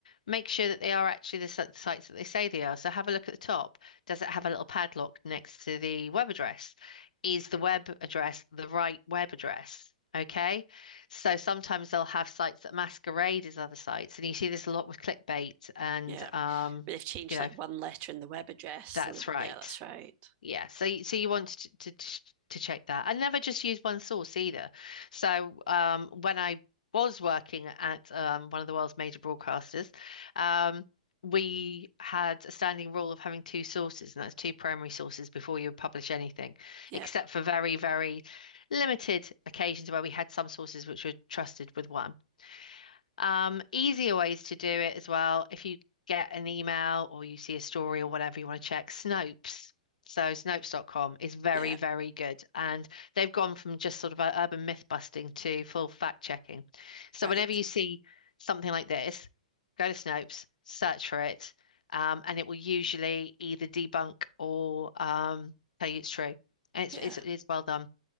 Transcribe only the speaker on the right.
Yeah. But
they've changed
like one letter in the web address.
So, th-
yeah, that's right.
Yeah.
Yeah.
Right.
Yeah.